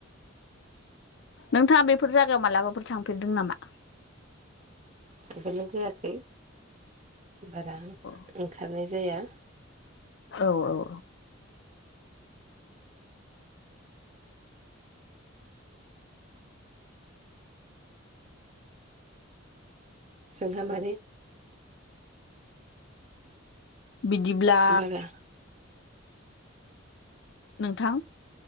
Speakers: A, on the left; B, on the right.
A: नोंथाङा बेफोर जायगायाव मालाबाफोर थांफेरदों नामा?
B: थांफेरनाय जायाखै बारा
A: अ
B: ओंखारनाय जाया।
A: औ औ औ।
B: जोंहा माने
A: बिदिब्ला
B: बारा
A: नोंथां